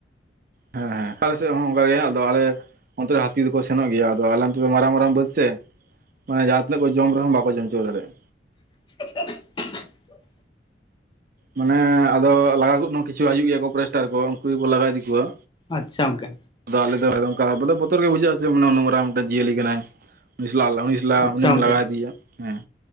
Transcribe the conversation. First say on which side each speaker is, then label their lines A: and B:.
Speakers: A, on the right; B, on the left.
A: ᱦᱮᱸ ᱟᱞᱮ ᱥᱮᱫ ᱦᱚᱸ ᱚᱱᱠᱟ ᱜᱮ ᱟᱫᱚ ᱟᱞᱮ ᱚᱱᱛᱮ ᱨᱮ ᱦᱟᱹᱛᱤ ᱫᱚᱠᱚ ᱥᱮᱱᱚᱜ ᱜᱮᱭᱟ ᱟᱫᱚ ᱟᱞᱮ ᱚᱱᱛᱮ ᱫᱚ ᱢᱟᱨᱟᱝ ᱢᱟᱨᱟᱝ ᱵᱟᱹᱫᱽ ᱥᱮ, ᱢᱟᱱᱮ ᱡᱟᱦᱟᱸ ᱛᱱᱟᱹᱜ ᱠᱚ ᱡᱚᱢ ᱨᱮᱦᱚᱸ ᱵᱟᱠᱚ ᱡᱚᱢ ᱪᱚᱵᱟ ᱫᱟᱲᱭᱟᱜᱼᱟ᱾
B: <inaudible>
A: ᱢᱟᱱᱮ ᱟᱫᱚ ᱞᱟᱜᱟ ᱠᱚᱦᱚᱸ ᱠᱤᱪᱷᱩ ᱦᱤᱡᱩᱜ ᱜᱮᱭᱟ ᱯᱨᱮᱥᱴᱟᱨ ᱠᱚ ᱩᱱᱠᱩ ᱜᱮᱠᱚ ᱞᱟᱜᱟ ᱤᱫᱤ ᱠᱚᱣᱟ᱾
B: ᱟᱪᱪᱷᱟ ᱜᱚᱝᱠᱮ
A: ᱟᱫᱚ ᱟᱞᱮ ᱫᱚᱠᱟ ᱵᱚᱛᱚᱨ ᱜᱮ ᱵᱩᱡᱷᱟᱹᱜ-ᱟ ᱥᱮ ᱱᱩᱱ ᱢᱟᱨᱟᱝ ᱢᱤᱫᱴᱮᱱ ᱡᱤᱭᱟᱹᱞᱤ ᱠᱟᱱᱟᱭ ᱩᱱᱤ ᱦᱤᱡᱩᱜᱼᱟ
B: ᱟᱪᱪᱷᱟ
A: ᱩᱱᱤᱢ
B: ᱜᱚᱝᱠᱮ
A: ᱞᱟᱜᱟ ᱤᱫᱤᱭᱟ ᱦᱮᱸ